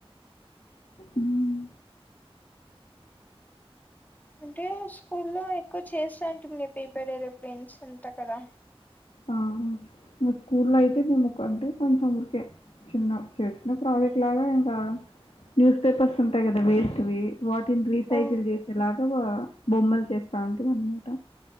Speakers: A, on the left; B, on the left.
A: మ్
B: అంటే స్కూల్లో ఎక్కువ చేస్తాంటమి పేపర్ ఎరోప్లైన్స్ అంతా కదా
A: ఆ ఇంకా స్కూల్లో అయితే మేము అంటే కొంచెం ఊరికే చిన్న చేసిన ప్రాజెక్ట్ లాగా ఇంకా న్యూస్ పేపర్స్ ఉంటాయి కదా వేస్ట్వి. వాటిని రీసైకిల్
B: ఆ
A: చేసేలాగా బొమ్మలు చేసి చేస్తాంటిమి అన్నమాట.